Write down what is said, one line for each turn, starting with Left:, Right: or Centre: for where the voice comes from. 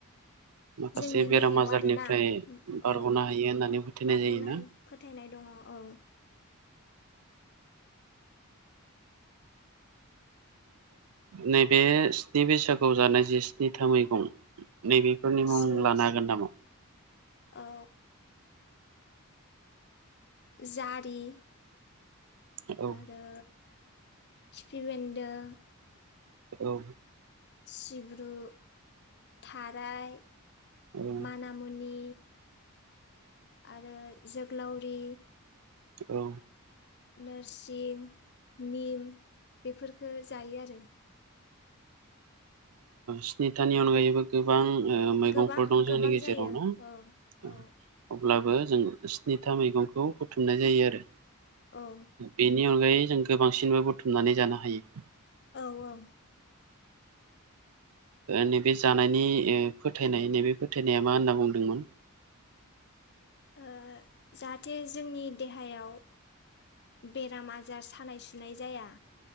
Right: माखासे
Left: जोंनि
Right: बेराम
Left: देहायाव
Right: आजारनिफ्राय
Left: आरोना
Right: बारग'नो
Left: औ
Right: हायो होननानै फोथायनाय
Left: बारग'नो
Right: जायोना
Left: हाय फोथायनाय दङ औ
Right: नैबे स्नि बैसागुआव जानाय जि स्नि था मैगं नैबेफोरनि मुं
Left: स्नि
Right: लानो हागोन नामा
Left: औ जारि
Right: औ
Left: आरो खिफि बेन्दों
Right: औ
Left: सिब्रु थाराय
Right: औ
Left: मानामुनि आरो जोगलावरि
Right: औ
Left: नोरसिं निम बेफोरफोरखो जायो आरो
Right: स्निथानि अनगायैबो गोबां मैगंफोर
Left: गोबां
Right: दं जोंनि
Left: गोबां
Right: गेजेराव
Left: जायो
Right: न
Left: औ औ
Right: अब्लाबो जों स्निथा मैगंखौ बुथुमनाय जायो आरो
Left: औ
Right: बेनि अनगायै जों गोबांसिनबो बुथुमनानै जानो हायो
Left: औ औ
Right: नैबे जानायनि फोथायनाय नैबे फोथायनाया मा होनना बुंदोंमोन
Left: ओ जाहाथे जोंनि देहायाव बेराम आजार सानाय सुनाय जाया।